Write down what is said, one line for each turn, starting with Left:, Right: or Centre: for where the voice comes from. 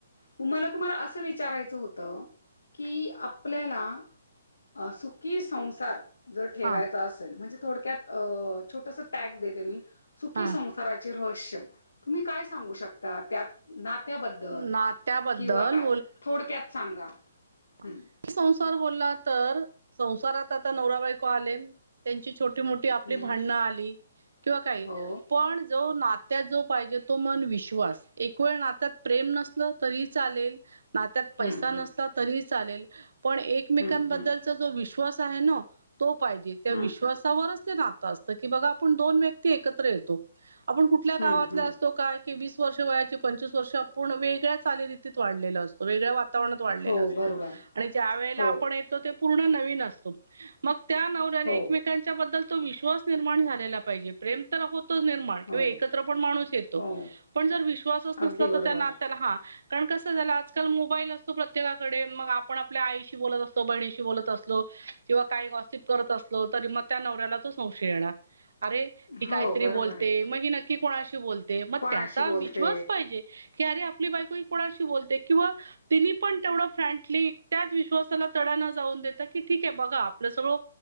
Left: तुम्हाला - अस विचारायचं होत की आपल्याला- सुखी संसार. जर ठेवायच
Right: हा
Left: असेल म्हणजे थोडक्यात छोटस टॅग देते मी. सुखी
Right: हा
Left: संसाराचे रहस्य तुम्ही काय सांगू शकता त्यात- नात्याबद्दल
Right: नात्याबद्दल
Left: किंवा काय थोडक्यात सांगा.
Right: ते
Left: हं.
Right: संसार- <inaudible> तर संसारात आता नवरा बायको आले त्यांची छोटी- मोठी आपली
Left: हं.
Right: भांडणं आली किंवा काही.
Left: हो.
Right: पण जो ना- त्यात जो पाहिजे तो मन विश्वास. एक वेळ नात्यात प्रेम नसल तरी चालेल. नात्यात पैसा
Left: हं, हं.
Right: नसला तरी चालेल. पण एकमेकांबद्दलचा
Left: हं, हं.
Right: जो विश्वास आहे ना. तो पाहिजे त्या
Left: हं.
Right: विश्वासावरच- नातं असतं, की बघा आपण दोन व्यक्ती एकत्र येतो, आपण कुठल्या
Left: हं,
Right: गावातील
Left: हं.
Right: असतो काय- वर्ष वयाची पंचवीस वर्ष आपण वेळ्या चालीरीतीत वाढलेला असतो. वेगळ्या वातावरणात वाढलेलं
Left: हो,
Right: असतो.
Left: बरोबर.
Right: आणि ज्या वेळेला
Left: हो.
Right: आपण येतो ते पूर्ण नवीन असतो, मग त्या नवऱ्याने
Left: हो.
Right: एकमेकांच्या बद्दल तो विश्वास निर्माण झालेला पाहिजे, प्रेम तर हो- निण
Left: हो.
Right: किंवा एकत्र पण माणू येतो,
Left: हो.
Right: पण जर विश्वासच नसला
Left: अगदी
Right: तर
Left: बरोबर.
Right: त्या नातला हा- कारण कसं झालं आजकाल मोबाईल असतो प्रत्येका- कडे मग आपण आपल्या आईशी बत असलो बहिणीशी बत असलो किंवा काही गॉसिप करत असलो तरी- त्या नवऱ्याला तो संशय येणार, अरे ही काहीतरी
Left: हो बरोबर
Right: बोलते,
Left: आहे.
Right: मग ती नक्की कोणाशी बोलते? मग
Left: कोणाशी
Right: त्याचा
Left: बोलते?
Right: विश्वास पाहिजे की, अरे आपली बायको कोणाशी बोलते किंवा तिनी पण तेवढं फ्रँकली त्याच विश्वासाला तडाणा जाऊन देत की ठीक बघा आपलं सगळं